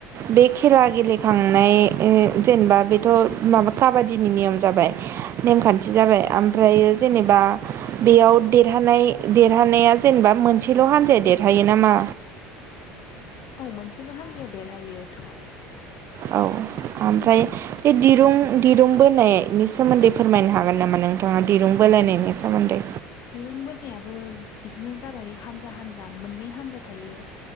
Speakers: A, on the right; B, on the left.
A: बे खेला गेलेखांनाय ए जेनेबा बेथ' माबा काबादिनि नेम जाबाय नेमखान्थि
B: औ
A: जाबाय आमफ्रायो जेनेबा बेयाव देरहानाय देरहानाया जेनेबा मोनसेल' हान जा देरहायो नामा?
B: औ मोनसेल' हान्जाया देरहायो थ'।
A: औ ओमफ्राय बे दिरुं-दिरुं बोनायनि सोमोन्दै फोरमायनो हागोन नामा? नोंथाङा
B: औ
A: दिरुं बोलायनायनि सोमोन्दै।
B: दिरुं बोनायाबो बिदिनो जाबाय हानजा हानजा मोननै हानजा थायो।